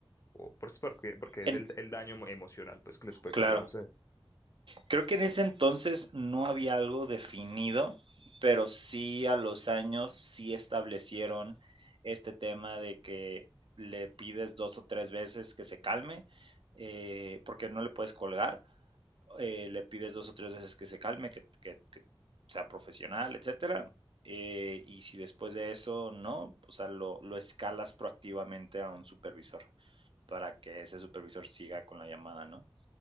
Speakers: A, on the left; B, on the right.
A: o, pues porque, porque es
B: En
A: el, el daño emocional pues que les puede
B: claro.
A: causar a usted.
B: Creo que en ese entonces no había algo definido, pero sí a los años sí establecieron este tema de que le pides dos o tres veces que se calme, eh, porque no le puedes colgar, eh, le pides dos o tres veces que se calme, que, que- que sea profesional, etcétera. eh, y si después de eso no, o sea, lo, lo escalas proactivamente a un supervisor para que ese supervisor siga con la llamada, ¿no?